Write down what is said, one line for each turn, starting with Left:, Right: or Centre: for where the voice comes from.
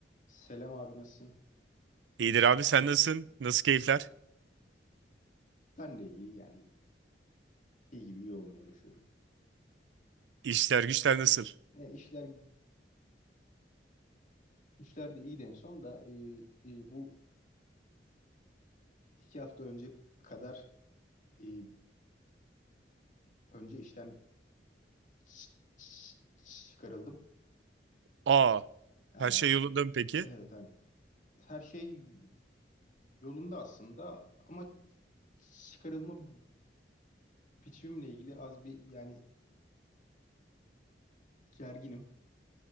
Left: Selam abi nasılsın?
Right: İyidir abi sen nasılsın? Nasıl keyifler?
Left: Ben de iyi yani iyi gibi iyi olmaya uğraşıyorum.
Right: İşler güçler nasıl?
Left: E, işler güçler de iyiydi en son da e, e, bu iki hafta önce kadar e, önce işten ç- ç- çıkarıldım.
Right: Aa
Left: E,
Right: her şey yolunda mı peki?
Left: evet hani her şey yolunda aslında ama çıkarılma biçimimle ilgili az bir yani gerginim.